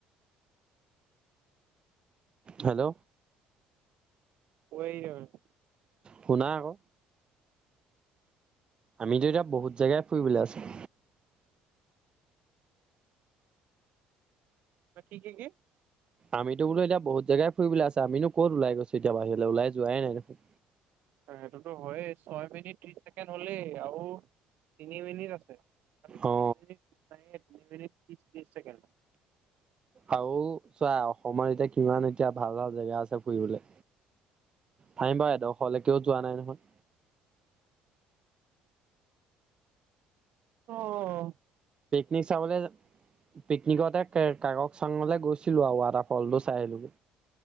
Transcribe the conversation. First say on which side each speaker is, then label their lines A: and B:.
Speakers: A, on the right; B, on the right.
A: হেল্ল'।
B: <unintelligible>
A: শুনা আকৌ। আমিতো এতিয়া বহুত জেগাই ফুৰিবলৈ আছে।
B: কি কি কি?
A: আমিতো বোলো এতিয়া বহুত জেগাই ফুৰিবলৈ আছে, আমিনো ক'ত ওলাই গৈছো এতিয়া বাহিৰলৈ, ওলাই যোৱাই নাই দেখোন।
B: সেইটোতো হয়ে, ছয় মিনিট ত্ৰিশ ছেকেণ্ড হ'ল। আৰু তিনি মিনিট আছে, চাৰি
A: অ
B: মিনিট নাই তিনি মিনিট। ত্ৰিশ, ত্ৰিশ ছেকেণ্ড।
A: আৰু চোৱা, অসমত এতিয়া কিমান এতিয়া ভাল ভাল জেগা আছে ফুৰিবলৈ। ভাই মই, এডোখৰলৈকেও যোৱা নাই নহয়।
B: অ'।
A: নি চাবলৈ পিকনিকতে কাককচাঙলে গৈছিলোঁ আৰু ৱাটাৰ ফলটো চাই আহিলো।